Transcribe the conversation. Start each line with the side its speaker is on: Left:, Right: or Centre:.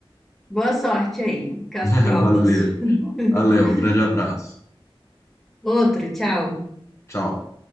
Centre: Boa sorte aí com as
Left: <laughs>
Centre: provas.
Left: Valeu,
Centre: <laughs>
Left: valeu. um Grande abraço.
Centre: Outro, tchau.
Left: Tchau.